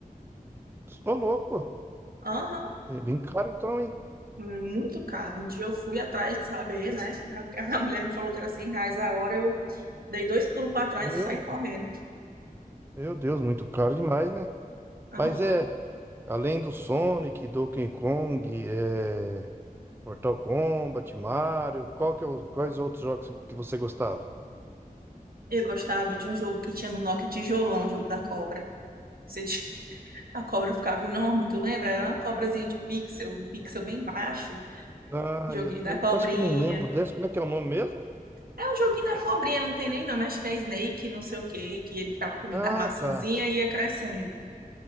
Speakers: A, on the right; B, on the right.
A: tô louco,
B: Aham,
A: é bem caro então, hein?
B: muito caro. Um dia eu fui atrás de saber, né? A a mulher me falou que era 100 reais a hora, eu dei dois pulos para trás
A: Meu,
B: e saí correndo.
A: meu Deus, muito caro demais, né?
B: Aham.
A: Mas é, além do Sonic, Donkey Kong, é, Mortal Kombat, Mario, qual que é o- quais outros jogos que você gostava?
B: Eu gostava de um jogo que tinha no Nokia Tijolão, o jogo da cobra. Você <laughs> tinha- A cobra ficava enorme, tu lembra? Era uma cobrazinha de pixel, um pixel bem baixo.
A: Ah,
B: Joguinho
A: eu, eu
B: da cobrinha.
A: acho que eu não lembro dessa. Como é que é o nome mesmo?
B: É um joguinho da cobrinha, não tem nem nome, acho que é Snake, não sei o quê, que ele ficava comendo
A: Ah,
B: a maçãzinha
A: tá.
B: e ia crescendo.